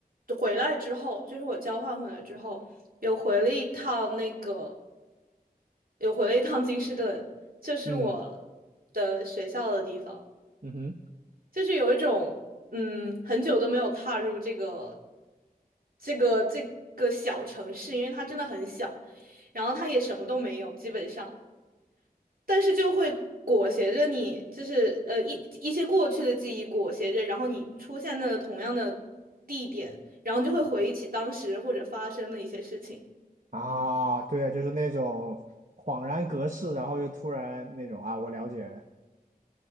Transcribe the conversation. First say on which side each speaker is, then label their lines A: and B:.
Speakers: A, on the right; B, on the right.
A: 回来之后，就是我交换回来之后，有回了一趟那个，有回了一趟金士顿，就是我
B: 嗯
A: 的学校的地方。
B: 嗯哼，
A: 就是有一种嗯，很久都没有踏入这个这个这个小城市，因为它真的很小，然后它也什么都没有，基本上，但是就会裹挟着你，就是呃一一些过去的记忆裹挟着，然后你出现在了同样的地点，然后就会回忆起当时或者发生的一些事情。
B: 啊，对啊，就是那种恍然隔世，然后又突然那种啊，我了解，